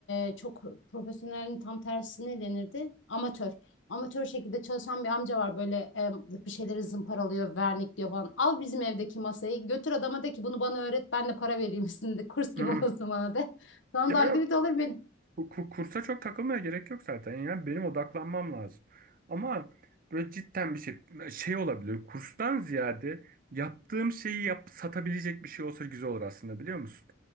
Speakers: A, on the left (about 80°); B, on the right (about 50°).
A: e, çok profesyonelin tam tersi ne denirdi? Amatör. Amatör şekilde çalışan bir amca var. Böyle e, bir şeyleri zımparalıyor, vernikliyor falan. Al bizim evdeki masayı. Götür adama de ki bunu bana öğret. Ben de para vereyim <laughs> üstünde. Kurs gibi
B: <clears throat> Hı.
A: olsun bana de. Sana
B: Ya
A: da aktivite
B: yok
A: olur benim.
B: ku- ku- kursa çok takılmaya gerek yok zaten. Yani benim odaklanmam lazım. Ama böyle cidden bir şey şey olabilir. Kurstan ziyade yaptığım şeyi yap, satabilecek bir şey olsa güzel olur aslında biliyor musun?